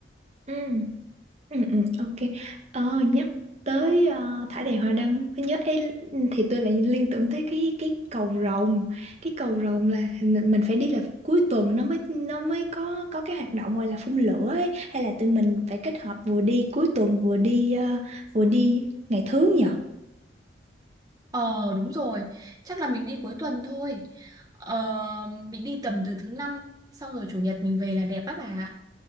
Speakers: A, on the right; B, on the right.
A: ừ. Ừ, ừ, ok. Ờ, nhắc tới ờ, thải đàn hoa đăng mới nhớ ấy, thì tôi lại liên tưởng tới cái cái cầu rồng. Cái cầu rồng là hình- mình phải đi là cuối tuần nó mới nó mới có có cái hoạt động gọi là phun lửa ấy hay là tụi mình phải kết hợp vừa đi cuối tuần vừa đi ờ, vừa đi ngày thứ nhỉ?
B: ờ đúng rồi chắc là mình đi cuối tuần thôi ờ, mình đi tầm từ thứ năm xong rồi chủ nhật mình về là đẹp á bà